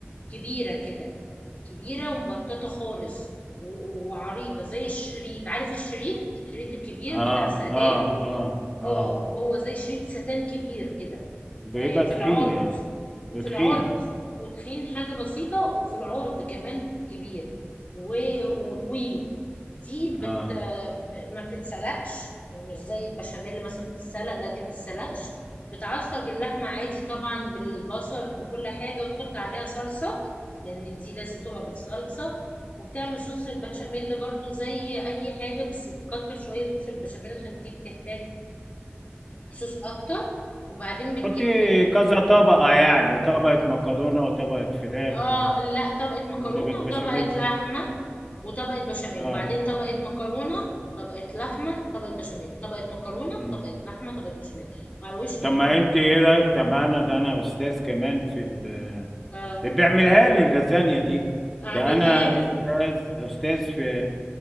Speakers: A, on the left; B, in the centre.
A: كبيره كده كبيره ومبططه خالص و- وعريضه زي الشريط عارف الشريط الشريط الكبير
B: اه
A: بتاع الستان
B: اه اه
A: اه
B: اه
A: هو زي شريط ستان كبير كده
B: بيبقى
A: آه، في
B: تخين
A: العرض
B: يعني وتخين
A: في العرض وتخين حاجة بسيطة وفي العرض كمان كبير و- وطويل دي
B: اه
A: بت... ب- ما بتتسلقش مش زي البشاميل مثلا بتتسلق لا دي ما بتتسلقش بتعصج اللحمة عادي طبعا بالبصل بكل حاجة وتحط عليها صلصة لأن دي لازم تبقى بالصلصة وبتعمل صوص البشاميل برضو زي أي حاجة بس تكتر شوية صوص البشاميل عشان دي بتحتاج صوص أكتر وبعدين بتجيب
B: تحطي كذا طبقة يعني طبقة مكرونة وطبقة فراخ
A: اه
B: و-
A: لا طبقة مكرونة
B: وطبقة
A: وطبقة
B: بشاميل
A: لحمة وطبقة بشاميل
B: اه
A: وبعدين طبقة مكرونة طبقة لحمة طبقة بشاميل طبقة مكرونة
B: مم.
A: طبقة لحمة طبقة بشاميل وعلى الوش من
B: طب ما
A: فوق
B: انت ايه رايك طب انا ده انا استاذ كمان في ال...
A: اه
B: بيعملها لي اللازانيا دي
A: اعملها
B: ده انا
A: لك
B: استاذ استاذ في